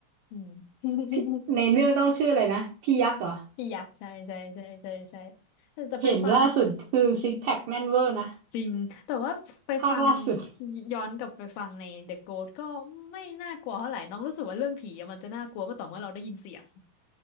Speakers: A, on the left; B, on the right.
A: อืม <laughs>
B: พี่ในเรื่องต้องชื่ออะไรนะพี่ยักษ์เหรอ
A: พี่ยักษ์ใช่ใช่ใช่ใช่ใช่แต่ไปฟัง
B: เห็นล่าสุดคือซิกแพคแน่นเวอร์นะ
A: จริงแต่ว่าไปฟัง
B: ภาคล่าสุด
A: ยย้อนกลับไปฟังใน The Ghost ก็ไม่น่ากลัวเท่าไหร่น้องรู้สึกว่าเรื่องผีอะมันจะน่ากลัวก็ต่อเมื่อเราได้ยินเสียง